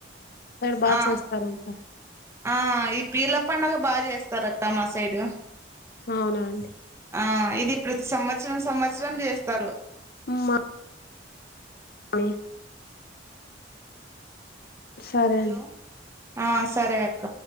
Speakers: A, on the left; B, on the right.
A: బా
B: ఆ
A: చేస్తారంట
B: ఆ ఈ పీర్ల పండగ బాగా చేస్తారు అక్క మా సైడు
A: అవునా అండి
B: ఆ ఇది ప్రతి సంవత్సరం సంవత్సరం చేస్తారు
A: మా అే సరే
B: హలో
A: అండి
B: ఆ సరే అక్క